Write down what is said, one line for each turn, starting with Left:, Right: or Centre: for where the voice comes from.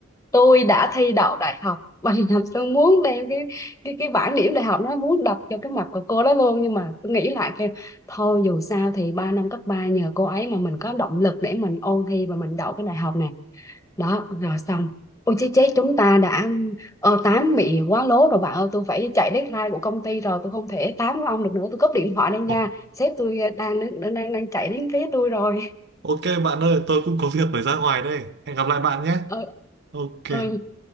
Left: tôi đã thi đậu đại học <laughs> và làm tôi muốn đem cái cái cái bảng điểm đại học nó muốn đập cho cái mặt của cô đó luôn nhưng mà tôi nghĩ lại kêu thôi dù sao thì ba năm cấp ba nhờ cô ấy mà mình có động lực để mình ôn thi và mình đậu cái đại học này đó rồi xong ôi chết chết chúng ta đã ờ, tám bị quá lố rồi bạn ơi tôi phải chạy deadline của công ty rồi tôi không thể tám với ông được nữa tôi cúp điện thoại đây nha
Right: ồ,
Left: sếp tôi đang đang đang, đang chạy đến phía tôi rồi
Right: Ok bạn ơi tôi cũng có việc phải ra ngoài đây Hẹn gặp lại bạn nhé
Left: ờ,
Right: Ok
Left: ừ,